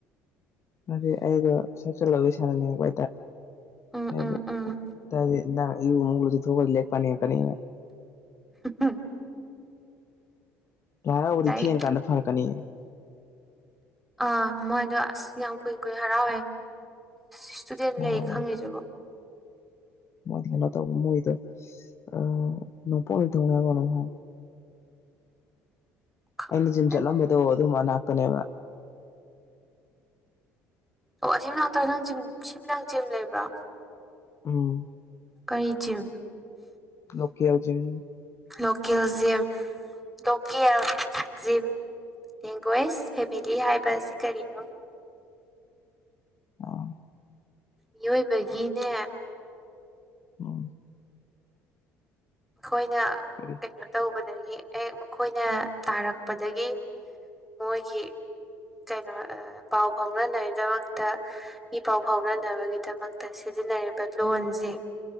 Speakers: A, on the left; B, in the centre.
A: ꯍꯥꯏꯗꯤ ꯑꯩꯗꯣ ꯁꯥꯏꯀꯜ ꯁꯥꯟꯅꯅꯤꯡꯉꯛꯄ
B: ꯎꯝ
A: ꯍꯥꯏꯇꯥꯔꯦ
B: ꯎꯝ ꯎꯝ
A: ꯍꯥꯏꯗꯤ ꯏꯔꯨ ꯃꯨꯛ ꯂꯨꯖꯊꯣꯛꯈ꯭ꯔꯗꯤ ꯂꯥꯏꯔꯤꯛ ꯄꯅꯤ ꯀꯅꯤ
B: <unintelligible>
A: ꯂꯥꯏꯔꯥꯎꯕꯗꯤ
B: ꯂꯥꯏꯔꯤꯛ
A: ꯊꯦꯡ ꯀꯥꯟꯗ ꯐꯔꯛꯀꯅꯤ
B: ꯑꯥ ꯃꯣꯏꯗꯣ ꯑꯁ ꯌꯥꯝ ꯀꯨꯏ ꯀꯨꯏ ꯍꯔꯥꯎꯋꯦ ꯏꯁꯇꯨꯗꯦꯟ
A: ꯍꯔꯥꯎꯕꯅꯤ
B: ꯂꯩ ꯈꯪꯉꯤꯖꯤꯕꯣ
A: ꯃꯣꯏꯗꯤ ꯀꯩꯅꯣ ꯇꯧꯕ ꯃꯣꯏꯗꯣ ꯑ ꯅꯣꯡꯄꯣꯛ ꯅꯤꯡꯊꯧꯅꯤ ꯍꯥꯏꯕꯥ ꯀꯩꯅꯣꯝ ꯍꯥꯏ
B: ꯈꯪꯗꯦ
A: ꯑꯩꯅ ꯖꯤꯝ ꯆꯠꯂꯝꯕꯗꯣ ꯑꯗꯨ ꯃꯅꯥꯛꯇ ꯅꯦꯕ
B: ꯑꯣ ꯁꯊꯤꯃꯅꯥꯛꯇꯔꯣ ꯅꯪ ꯖꯤꯝ ꯁꯤꯝꯃꯤꯅꯥꯛ ꯖꯤꯝ ꯂꯩꯕ꯭ꯔꯥ
A: ꯎꯝ
B: ꯀꯥꯏ chime
A: local gym
B: local gym ꯗꯣꯀꯦꯜ gym ꯌꯦꯡꯒ꯭ꯋꯦꯁ ꯐꯦꯕꯤꯗꯤ ꯍꯥꯏꯕ ꯑꯁꯤ ꯀꯔꯤꯅꯣ
A: ꯑꯥ
B: ꯃꯤꯑꯣꯏꯕꯒꯤꯅꯦ
A: ꯎꯝ
B: ꯈꯣꯏꯅ
A: ꯀꯔꯤ
B: ꯀꯩꯅꯣ ꯇꯧꯕꯗꯒꯤ ꯑꯦꯛ ꯃꯈꯣꯏꯅ ꯇꯥꯔꯛꯄꯗꯒꯤ ꯃꯣꯏꯒꯤ ꯀꯩꯅꯣ ꯑ ꯄꯥꯎ ꯐꯥꯎꯅꯅꯩ ꯗꯣꯠꯇ ꯏ ꯄꯥꯎ ꯐꯥꯎꯅꯅꯕꯒꯤꯗꯃꯛꯇ ꯁꯤꯖꯤꯟꯅꯔꯤꯕ ꯂꯣꯟꯖꯦ